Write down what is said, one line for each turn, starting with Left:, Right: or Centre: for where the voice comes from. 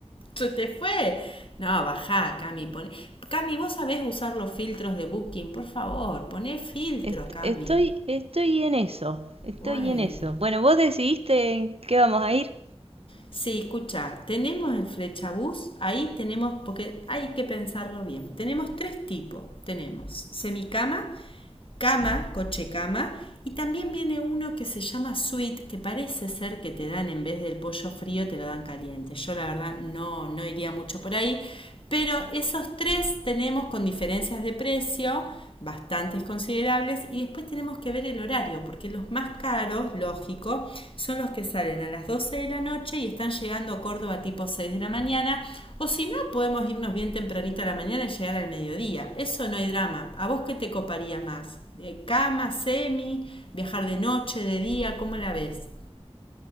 Left: Se te fue. No, bajá, Cami. Pone... Cami, vos sabés usar los filtros de Booking, por favor. Poné filtro,
Right: Est-
Left: Cami.
Right: Estoy, estoy en eso, estoy
Left: Bueno.
Right: en eso. Bueno, vos decidiste en qué vamos a ir.
Left: Sí, escucha, tenemos el flechabús, ahí tenemos, porque hay que pensarlo bien. Tenemos tres tipos. Tenemos semicama, cama, coche cama, y también viene uno que se llama suite, que parece ser que te dan en vez del pollo frío, te lo dan caliente. Yo la verdad no, no iría mucho por ahí, pero esos tres tenemos con diferencias de precio bastantes considerables y después tenemos que ver el horario porque los más caros, lógico, son los que salen a las 12 de la noche y están llegando a Córdoba tipo 6 de la mañana o si no podemos irnos bien tempranito a la mañana y llegar al mediodía. Eso no hay drama. ¿A vos qué te coparía más? Eh, ¿Cama, semi, viajar de noche, de día? ¿Cómo la ves?